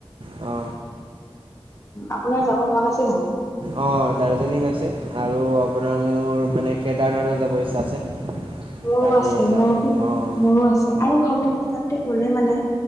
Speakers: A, on the right; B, on the left.
A: অ
B: আপোনাৰ যাব মন আছে জানো
A: অ দাৰ্জিলিং আছে আৰু আপোনাৰ মোৰ মানে কেদাৰনাথো যাব ইচ্ছা আছে।
B: মোৰো
A: তাতে
B: আছে
A: যাম
B: মোৰ
A: অঁ
B: মোৰো আছে আৰু ভাবো মানে তাত। গলে মানে